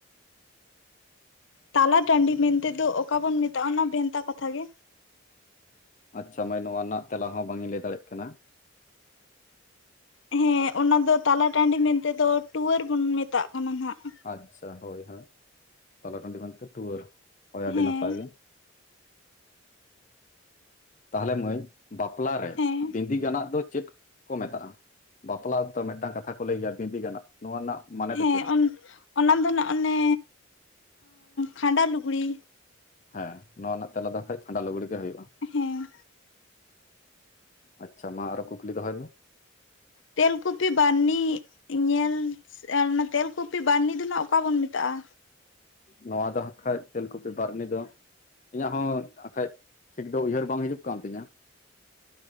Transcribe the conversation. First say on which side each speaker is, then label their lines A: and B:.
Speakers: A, on the left; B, on the left.
A: ᱛᱟᱞᱟ ᱴᱟᱺᱰᱤ ᱢᱮᱱᱛᱮ ᱫᱚ ᱚᱠᱟ ᱵᱚᱱ ᱢᱮᱛᱟᱜᱼᱟ ᱚᱱᱟ ᱵᱷᱮᱱᱛᱟ ᱠᱟᱛᱷᱟᱜ ᱜᱮ᱾
B: ᱟᱪᱪᱷᱟ ᱢᱟᱹᱭ ᱱᱚᱣᱟ ᱨᱮᱱᱟᱜ ᱛᱮᱞᱟ ᱦᱚᱸ ᱵᱟᱝ ᱤᱧ ᱞᱟᱹᱭ ᱫᱟᱲᱮᱜ ᱠᱟᱱᱟ᱾
A: ᱦᱮᱸ ᱚᱱᱟ ᱫᱚ ᱛᱟᱞᱟ ᱴᱟᱺᱰᱤ ᱢᱮᱱᱛᱮ ᱫᱚ ᱴᱩᱣᱟᱹᱨ ᱵᱚᱱ ᱢᱮᱛᱟᱜ ᱠᱟᱱᱟ ᱦᱟᱸᱜ᱾
B: ᱟᱪᱪᱷᱟ ᱦᱳᱭ ᱦᱳᱭ ᱛᱟᱞᱟ ᱴᱟᱺᱰᱤ ᱢᱮᱱᱛᱮ ᱴᱩᱣᱟᱹᱨ ᱦᱳᱭ ᱟᱹᱰᱤ
A: ᱦᱮᱸ
B: ᱱᱟᱯᱟᱭ ᱜᱮ᱾ ᱛᱟᱦᱚᱞᱮ ᱢᱟᱹᱭ ᱵᱟᱯᱞᱟ ᱨᱮ
A: ᱦᱮᱸ
B: ᱵᱤᱸᱫᱤ ᱜᱟᱱᱟᱜ ᱫᱚ ᱪᱮᱫ? ᱠᱚ ᱢᱮᱛᱟᱜᱼᱟ ᱵᱟᱯᱞᱟ ᱚᱠᱛᱚ ᱢᱤᱫᱴᱟᱝ ᱠᱟᱛᱷᱟ ᱠᱚ ᱞᱟᱹᱭ ᱜᱮᱭᱟ ᱵᱤᱸᱫᱤ ᱜᱟᱱᱟᱜ ᱱᱚᱣᱟ ᱨᱮᱱᱟᱜ ᱢᱟᱱᱮ ᱫᱚ
A: ᱦᱮᱸ
B: ᱪᱮᱫ?
A: ᱚᱱᱟ ᱫᱚ ᱱᱟᱜ ᱚᱱᱮ ᱠᱷᱟᱸᱰᱟ ᱞᱩᱜᱽᱲᱤ᱾
B: ᱦᱮᱸ ᱱᱚᱣᱟ ᱨᱮᱱᱟᱜ ᱛᱮᱞᱟ ᱫᱚ ᱦᱟᱜ ᱠᱷᱟᱡ ᱠᱷᱟᱸᱰᱟ ᱞᱩᱜᱽᱲᱤ ᱜᱮ ᱦᱩᱭᱩᱜᱼᱟ᱾
A: ᱦᱮᱸ
B: ᱟᱪᱪᱷᱟ ᱢᱟ ᱟᱨᱚ ᱠᱩᱠᱞᱤ ᱫᱚᱦᱚᱭ ᱢᱮ᱾
A: ᱛᱮᱞᱠᱩᱯᱤ ᱵᱟᱨᱱᱤ ᱧᱮᱞ ᱟᱨ ᱚᱱᱟ ᱛᱮᱞᱠᱩᱯᱤ ᱵᱟᱨᱱᱤ ᱫᱚ ᱱᱟᱜ ᱚᱠᱟ ᱵᱚᱱ ᱢᱮᱛᱟᱜᱼᱟ?
B: ᱱᱚᱣᱟ ᱫᱚ ᱦᱟᱸᱜ ᱠᱷᱟᱡ ᱛᱮᱞᱠᱩᱯᱤ ᱵᱟᱨᱱᱤ ᱫᱚ ᱤᱧᱟᱹᱜ ᱦᱚᱸ ᱦᱟᱜ ᱠᱷᱟᱡ ᱴᱷᱤᱠ ᱫᱚ ᱩᱭᱦᱟᱹᱨ ᱵᱟᱝ ᱦᱤᱡᱩᱜ ᱠᱟᱱ ᱛᱤᱧᱟᱹ᱾